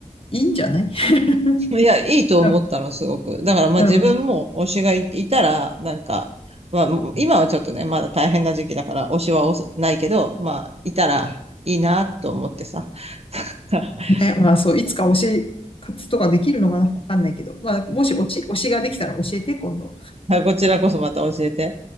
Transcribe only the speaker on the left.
いいんじゃない <laughs>
なんか、
うん。
ね、まあそう、いつか推し活とかできるのかなわかんないけど。まあ、もし推し、推しができたら教えて、今度。